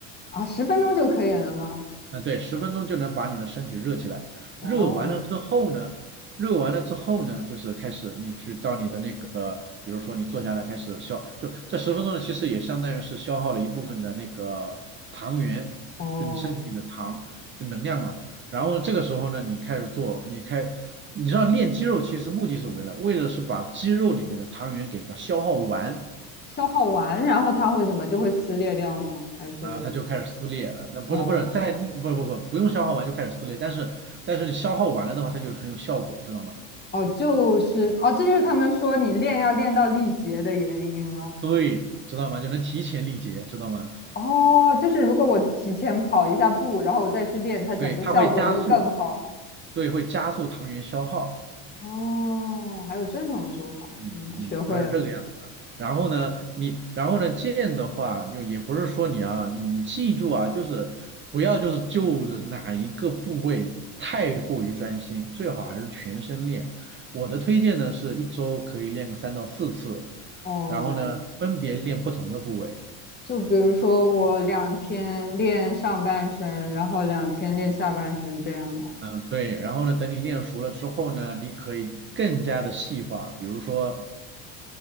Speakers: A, on the left; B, on the right.
A: 啊，十分钟就可以了吗？
B: 啊，对，十分钟就能把你的身体热起来。
A: 哦。
B: 热完了之后呢，热完了之后呢，就是开始你去到你的那个，比如说你坐下来开始消，就这十分钟呢，其实也相当于是消耗了一部分的那个糖原，
A: 哦，
B: 就你身体里的糖，就能量嘛。然后这个时候呢，你开始做，你开，你知道练肌肉其实目的是为了，为了是把肌肉里面的糖原给它消耗完，
A: 消耗完，然后它会怎么就会撕裂掉吗？还是
B: 啊，它就开始撕裂，那不是不是在不不不不用消耗完就开始撕裂，
A: 哦
B: 但是但是你消耗完了的话，它就很有效果，知道吗？
A: 哦，就是哦，这就是他们说你练要练到力竭的原因吗？
B: 对，知道吗？就能提前力竭，知道吗？
A: 哦，就是如果我提前跑一下步，然后我再去练，它整个效果就会更好。
B: 对，它会加速，对，会加速糖原消耗，
A: 哦，还有这种手法，
B: 嗯嗯，
A: 天呐，学会了。
B: 它是这个样子的。然后呢，你然后呢，剑的话就也不是说你啊，你你记住啊，就是不要就是就着哪一个部位太过于专心，最好还是全身练。我的推荐呢是一周可以练个三到四次。
A: 哦，
B: 然后呢，分别练不同的部位。
A: 就比如说我两天练上半身，然后两天练下半身，这样啊。
B: 嗯，对。然后呢，等你练熟了之后呢，你可以更加的细化。比如说